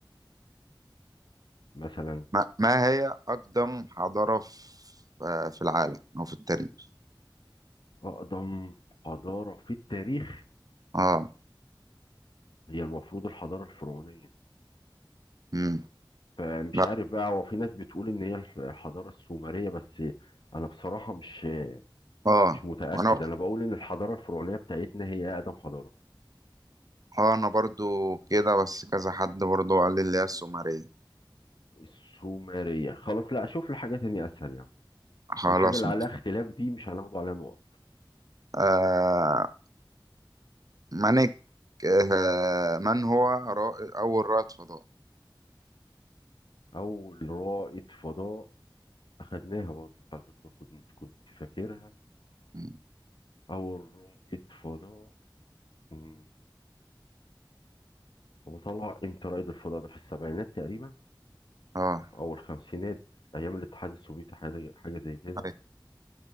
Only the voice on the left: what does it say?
مثلا
اقدم حضاره في التاريخ
هي المفروض الحضاره الفرعونيه
فمش
عارف بقى هو في ناس بتقول ان هي الحضاره السومريه بس انا بصراحه مش
مش متاكد
انا بقول ان الحضاره الفرعونيه بتاعتنا هي اقدم حضاره
السومرية خلاص لا اشوف لي حاجة تانية اسهل يا عم
الحاجة اللي عليها اختلاف دي مش هناخد عليها نقط
اول رائد فضاء اخدناها برضو على فكرة كنت كنت فاكرها
اول رائد فضاء مم، هو طلع امتى رائد الفضاء ده في السبعينات تقريبا
او الخمسينات ايام الاتحاد السوفيتي حاجة حاجة زي كده